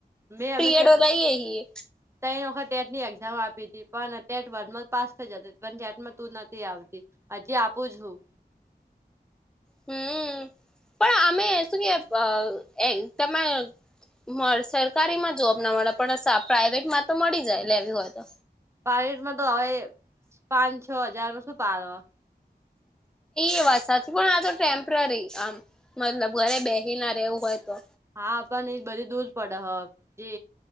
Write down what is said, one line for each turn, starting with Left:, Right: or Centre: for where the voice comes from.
Right: મે એમને
Centre: પીરિયડો
Right: કેટ
Centre: લઈએ હી
Right: તૈણ વખત ટેટની એક્ઝામ આપી હતી, પણ ટેટ વન પાસ થઈ જતી પણ ટેટમાં તું નથી આવતી. અજી આપુ છું.
Centre: હમ્મ, પણ આમેય શું કેય પ એક તમે મળ સરકારીમાં જોબ ના મળે પણ સા પ્રાઇવેટમાં તો મળી જાય લેવી હોય તો.
Right: પ્રાઈવેટ તો હવે પાન છ હજારમાં શું પાળવા.
Centre: એ વાત સાચી પણ આ તો ટેમ્પ્રરી આમ મતલબ ઘરે બેહી ના રેવું હોય તો.
Right: હા, પણ બધું દૂર પડે હ જે